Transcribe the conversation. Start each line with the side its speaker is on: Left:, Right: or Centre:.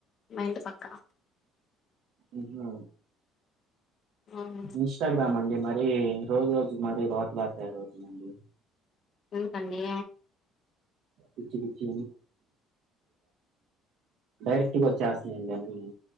Left: మా ఇంటి పక్కన
Right: మ్
Left: ఉమ్
Right: ఇన్స్టాగ్రామ్ అండి మరి రోజు రోజు మరి రాకుల తయారుతుతండి
Left: ఎందుకండి
Right: పిచ్చి పిచ్చి డైరెక్ట్ వచ్చాసినయిండి